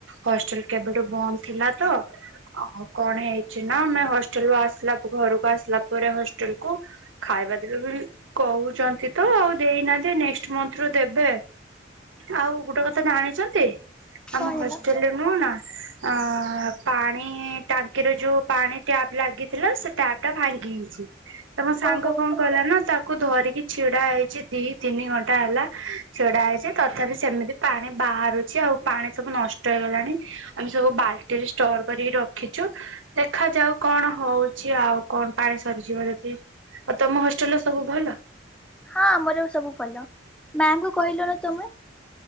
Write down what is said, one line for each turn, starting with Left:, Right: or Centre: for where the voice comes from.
Right: ହଷ୍ଟେଲ କେବେଠୁ ବନ୍ଦ ଥିଲା ତ ଆଉ କଣ ହେଇଛି ନା ଆମେ ହଷ୍ଟେଲ ଆସିଲା ଘରକୁ ଆସିଲା ପରେ ହଷ୍ଟେଲକୁ ଖାଇବା ପିଇବା କହୁଛନ୍ତି ତ ଆଉ ଦେଇନାହାନ୍ତି ନେଷ୍ଟ ମନ୍ଥରୁ ଦେବେ। ଆଉ ଗୋଟେ କଥା ଜାଣିଛନ୍ତି
Centre: କଣ
Right: ଆମ
Centre: ହେଲା
Right: ହଷ୍ଟେଲରେ ନୁହଁ ନା ଆ ପାଣି ଟାଙ୍କିର ଯୋଉ ପାଣି ଟ୍ୟାବ ଲାଗିଥିଲା ଟପ ଟା ଭାଙ୍ଗି ଯାଇଛି ତମ ସାଙ୍ଗ
Centre: ଓହୋ ହଁ
Right: କଣ କଲା ନା ତାକୁ ଧରିକି ଚିଡ଼ା ହେଇଛି ଦି ତିନି ଘଣ୍ଟା ହେଲା ଛିଡା ହେଇଛି ତଥାପି ସେମିତି ପାଣି ବାହାରୁଛି ଆଉ ପାଣି ସବୁ ନଷ୍ଟ ହେଇଲାଣି ଆମେ ସବୁ ବାଲ୍ଟିରେ ଷ୍ଟୋର କରିକି ରଖିଛୁ ଦେଖାଯାଉ। କଣ ହଉଛି ଆଉ କଣ ପାଣି ସରିଯିବ ଯଦି ଆଉ ତମ ହୋଷ୍ଟେଲ ସବୁ ଭଲ
Centre: ହଁ ଆମର ସବୁ ଭଲ ମ୍ୟାାମକୁ କହିଲ ନା ତମେ